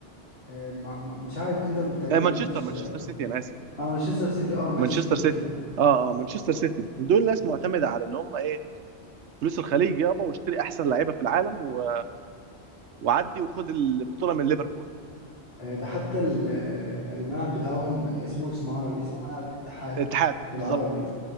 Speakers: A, on the left; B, on the right.
A: آه، ما- ما- مش عارف انتر تقريبا
B: آه، مانشستر
A: مش
B: مانشستر سيتي انا اسف
A: اه مانشستر سيتي اه ماشي
B: مانشستر
A: قول
B: سيتي
A: كده
B: اه اه مانشستر سيتي دول ناس معتمده على اللي هم ايه فلوس الخليج يابا واشتري احسن لعيبه في العالم و... وعدي وخد البطوله من ليفربول
A: آه، ده حتى ال- آه، الملعب بتاعهم اسمه اسم عربي اسمه ملعب الاتحاد
B: الاتحاد بالظبط
A: بالعربي